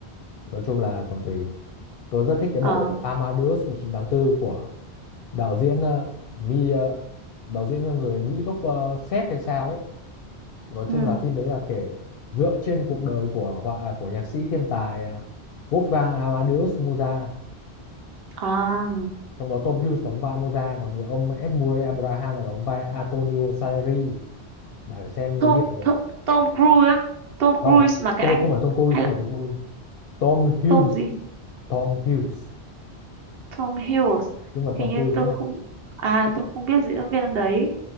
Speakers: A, on the left; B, on the right.
A: nói chung là còn tùy Tôi rất thích cái
B: ờ
A: bộ Amadeus 1984 của đạo diễn ờ, Mi ờ, đạo diễn là người Mỹ gốc ờ, Séc hay sao ấy. Nói chung
B: ừ
A: là phim đấy là kể dựa trên cuộc đời của họa à, của nhạc sĩ thiên tài ờ, Wolfgang Amadeus Mozart.
B: à
A: Trong đó Tom Hughes đóng vai Mozart, còn người ông F. Murray Abraham là đóng vai Antonio Salieri. Bà phải xem mới
B: Tom,
A: hiểu được.
B: Tom, Tom Cruise á Tom
A: Không,
B: Cruise mà cái
A: Tom
B: anh
A: không phải Tom Cruise,
B: hay là
A: không phải Tom Cruise. Tom Hughes,
B: Tom gì
A: Tom Hughes,
B: Tom Hiddleston
A: chứ không phải Tom
B: hình như
A: Cruise
B: tôi
A: nhá.
B: không à tôi không biết diễn viên anh đấy